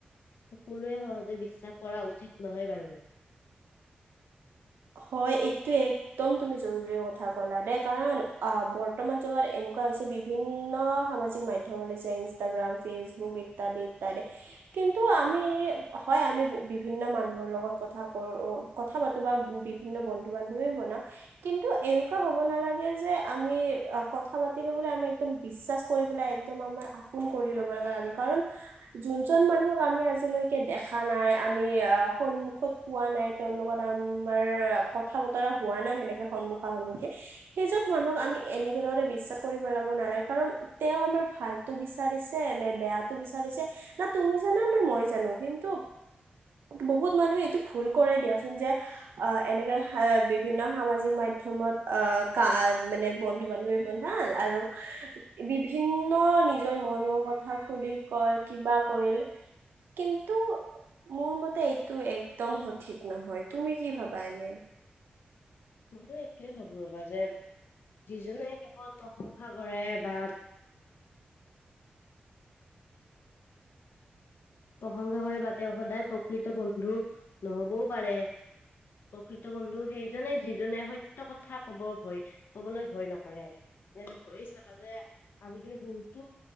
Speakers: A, on the left; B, on the right.
A: সকলোৱে সহজে বিশ্বাস কৰা উচিত নহয় বাৰু।
B: হয় এইটো এক একদম তুমি জৰুৰী কথা কলা দেই কাৰণ আহ বৰ্তমান যুগত এনেকুৱা হৈছে বিভিন্ন সামাজিক মাধ্যম ওলাইছে, ইনষ্টাগ্ৰাম, ফেচবুক ইত্যাদি ইত্যাদি। কিন্তু আমি হয় আমি বিভিন্ন মানুহৰ লগত কথা কো কথা পাতো বা বিভিন্ন বন্ধু বান্ধবী বনাও। কিন্তু এনেকুৱা হব নালাগে যে আমি কথা পাতি লবলৈ আমি একদম বিশ্বাস কৰি পেলাই একদম আমাৰ আপোন কৰি ল'ব লগা লাগে কাৰণ যোনজন মানুহক আমি আজিলৈকে দেখা নাই আমি আহ সন্মুখত পোৱা নাই তেওঁৰ লগত আমাৰ কথা বতৰা হোৱা নাই সেনেকে সন্মুখা সন্মুখী সেই য মানুহক আমি এনেকে দৰে বিশ্বাস কৰিব পেলাব নালাগে কাৰণ তেওঁ আমাৰ ভালতো বিচাৰিছে নে বেয়াটো বিচাৰিছে না তুমি জানা না মই জানো কিন্তু বহুত মানুহে এইটো ভুল কৰে দিয়াচোন যে অ এনেকে অ বিভিন্ন সামাজিক মাধ্যমত অ কা মানে বন্ধু বান্ধৱী গন ভাল আৰু বিভিন্ন নিজৰ মনৰ কথা খুলি কয় কিবা কৰিল কিন্তু মোৰ মতে এইটো একদম সঠিক নহয় তুমি কি ভাবা পাইনে!
A: মইতো এইোৱেই ভাবো ৰ'বা যে যিজনে কেৱল প্ৰশংসা কৰে বা প্ৰসংসা কৰে বা তেওঁ সদায় প্ৰকৃত বন্ধু নহবও পাৰে। প্ৰকৃত বন্ধু সেইজনে যিজনে সত্য কথা কব ভয় কবলৈ ভয় নকৰে। তেনেকৈয়ে চাবা যে আজিকালি বহুতো